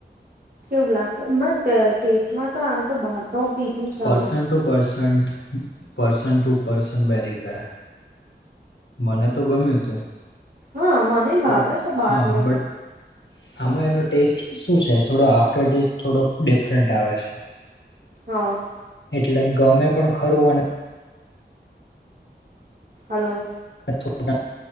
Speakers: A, on the right; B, on the left.
A: કેવું લાગશે બટ ટેસ્ટમાં તો આમ તો બહાર તો પીધું છે
B: person
A: મેં
B: to percent person to person vary કરાય મને તો ગમ્યું તું
A: હા મને ભાવે
B: બટ
A: છે બહારનું
B: હા બટ આમાં એનો ટેસ્ટ શું છે? થોડો આફ્ટર ટેસ્ટ થોડોક ડિફરન્ટ આવે છે.
A: હા
B: એટલે ગમે પણ ખરું અને
A: હલો
B: <unintelligible>